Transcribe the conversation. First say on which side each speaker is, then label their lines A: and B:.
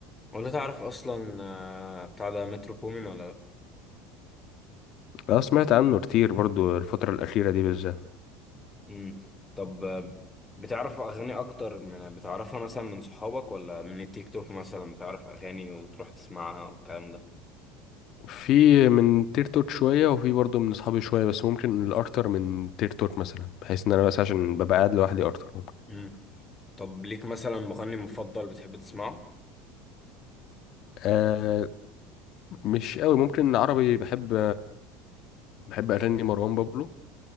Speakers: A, on the left; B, on the left.
A: ولا تعرف أصلا آه، بتاع ده مترو بومن ولا لأ
B: اه سمعت عنه كتير برضو الفتره الاخيره دي بالذات
A: مم. طب آه، بتعرف أغاني أكتر من بتعرفها مثلا من صحابك ولا من التيك توك مثلا بتعرف أغاني وتروح تسمعها والكلام ده
B: في من تير توت شويه وفي برضو من اصحابي شويه بس ممكن الاكتر من تير توت مثلا بحيث ان انا بس عشان ببقى قاعد لوحدي اكتر ممكن
A: مم. طب ليك مثلا مغني مفضل بتحب تسمعه
B: آه مش قوي ممكن عربي بحب بحب اغاني مروان بابلو